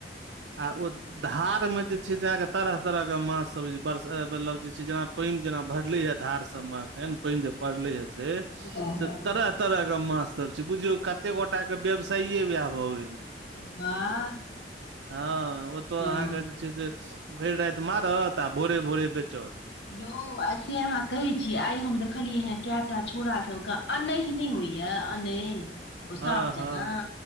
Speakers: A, on the right (about 75°); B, on the left (about 75°).
A: आ ओ धार मे जे छै से अहाँके तरह तरह के माछ सब जे बर मतलब जे छै जेना पाइन जेना भरले य धार सब म अखैन पाइन जो परले हे से
B: ओ हो
A: से तरह तरह कऽ माछ सब छै बुझियौ कते गोटा कऽ व्यवसायए वएह भऽ गेल
B: वाह
A: हँ ओतऽ
B: हँ
A: अहाँके जे छै से भरि राति मारत आ भोरे भोरे बेचत
B: यौ आई सेे अहाँ कहे छी आइ हम देखलियै ह कैम टा छोरा सब कऽ एनहि नै होइ य एनहि
A: हँ
B: साँप
A: हँ
B: जेना